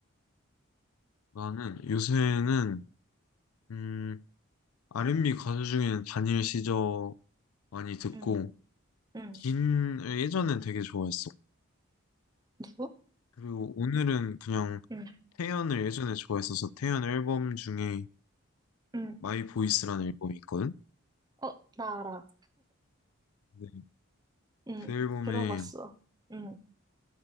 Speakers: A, on the left; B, on the right.
A: 나는 요새는 음, R&B 가수 중에는 다니엘 시저 많이 듣고
B: 응, 응,
A: 긴 예전엔 되게 좋아했어.
B: 누구?
A: 그리고 오늘은 그냥
B: 응,
A: 태연을 예전에 좋아했어서 태연 앨범 중에
B: 응,
A: 마이 보이스라는 앨범이 있거든.
B: 어, 나 알아.
A: 근데
B: 응,
A: 그 앨범에
B: 들어봤어. 응,